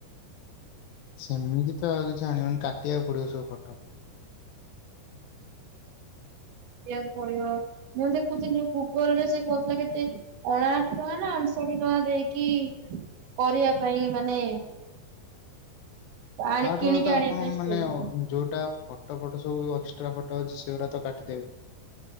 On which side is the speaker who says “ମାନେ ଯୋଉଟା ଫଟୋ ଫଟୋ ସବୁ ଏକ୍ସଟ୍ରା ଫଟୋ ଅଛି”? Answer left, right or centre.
Left